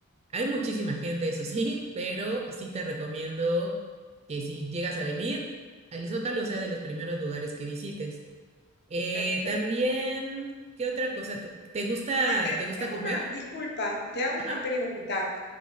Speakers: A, on the right; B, on the left.
A: Hay muchísima gente, eso sí, <laughs> pero sí te recomiendo que si llegas a venir, el Zócalo sea de los primeros lugares que visites. Eh,
B: perfecto.
A: también, ¿qué otra cosa? ¿Te, te gusta,
B: Ah, te te
A: te gusta
B: hago
A: comer?
B: una, disculpa, te hago
A: Ajá.
B: una pregunta.